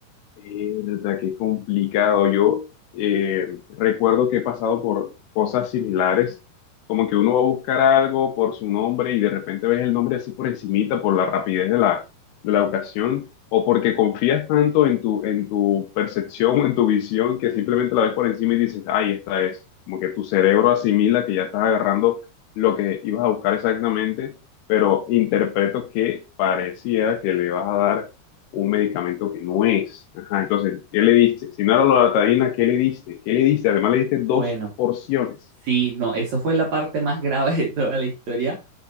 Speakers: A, on the left; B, on the right.
A: Eh, verdad que complicado. Yo eh, recuerdo que he pasado por cosas similares, como que uno va a buscar algo por su nombre y de repente ves el nombre así por encimita, por la rapidez de la, de la ocasión, o porque confías tanto en tu, en tu percepción en tu visión que simplemente la ves por encima y dices, ay, esta es. Como que tu cerebro asimila que ya estás agarrando lo que ibas a buscar exactamente, pero interpreto que pareciera que le vas a dar un medicamento que no es. Ajá, entonces, ¿qué le diste? Si no era la loratadina, ¿qué le diste? ¿Qué le diste? Además, le diste dos
B: Bueno,
A: porciones.
B: sí, no, eso fue la parte más grave de toda la historia